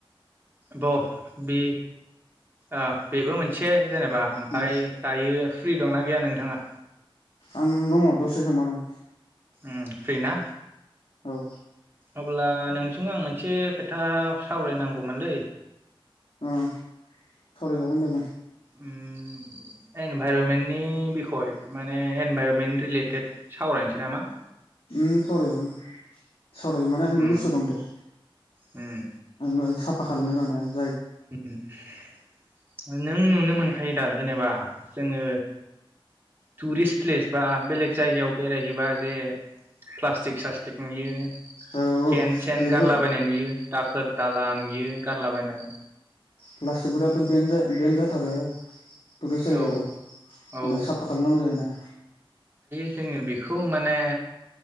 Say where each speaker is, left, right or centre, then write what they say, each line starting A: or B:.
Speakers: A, on the right (about 25°); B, on the left (about 80°).
A: ब बे ओ बेबो मोनसे। जेनेबा आमफाय
B: उम
A: दायो फ्रि दंना गैया नोंथाङा?
B: आं दङ दसे जना दं।
A: उम फ्रिना?
B: औ।
A: अब्ला नोंजों आं मोनसे खोथा सावरायनांगौमोनलै।
B: उम। सरायजागोन दे बुं
A: उम एनभाइरमेन्टनि बिखय माने एनभाइरमेन्ट रिलेटेड सावरायनोसै नामा?
B: उम सावराय जागोन दे। सावरायनो माने आंबो
A: उम
B: गोसोयाव दं दे।
A: उम।
B: नो साफा खालायनाय मानाय
A: उम उ। नों नुनो मोनखायो दा जेनेबा जोंङो टुरिस्ट प्लेस बा बेलेग जायगायाव बेरायहैबा जे प्लास्टिक स्लास्टिक नुयो
B: औ औ
A: खेन सेन
B: बेखौ
A: गारलाबायनाय नुयो दाखोर दाला नुयो गारलाबायनाय।
B: फ्लास्टिकफोराथ' बेन बेन जाथारो। टुरिस्ट जायगायावथ'
A: औ औ
B: माने साफा खालामनांगौ जायोना।
A: जोंङो बेखौ माने